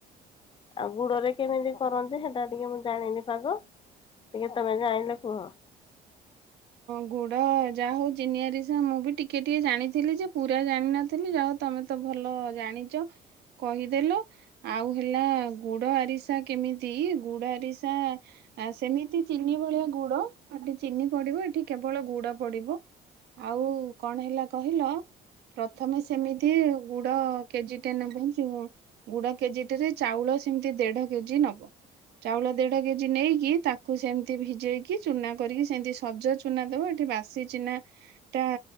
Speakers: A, on the left; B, on the right.
A: ଆଉ ଗୁଡରେ କେମିତି କରନ୍ତି ସେଟା ଟିକେ ମୁଁ ଜାଣିନି ପାଗ। ଟିକେ ତମେ ଜାଣିଲ କୁହ।
B: ଗୁଡ଼ ଯାହା ହଉ ଚିନି ଆରିସା ମୁଁ ବି ଟିକେ ଟିକେ ଜାଣିଥିଲି ଯେ ପୁରା ଜାଣିିନଥିଲି ଯା ହଉ ତମେ ତ ଭଲ ଜାଣିଛ। କହିଦେଲ ଆଉ ହେଲା ଗୁଡ ଆରିସା କେମିତି ଗୁଡ ଆରିସା ଆଉ ସେମିତି ଚିନି ଭଳିଆ ଗୁଡ ଏଠି ଚିନି ପଡିବ ଏଠି କେବଳ ଗୁଡ ପଡିବ। ଆଉ କଣ ହେଲା କହିଲ। ପ୍ରଥମେ ସେମିତି ଗୁଡ କେଜି ଟେ ନେବ ଯୋଉ ଗୁଡ କେଜିଟେ ରେ ଚାଉଳ ସେମିତି ଦେଢ କେଜି ନବ। ଚାଉଳ ଦେଢ କେଜି ନେଇକି ତାକୁ ସେମିତି ଭିଜେଇକି ଚୁନା କରିକି ସେଏଁତି ସୁ ସଜ ଚୁନା ଦେବ ଏଠି ବାସି ଚିନା ଟା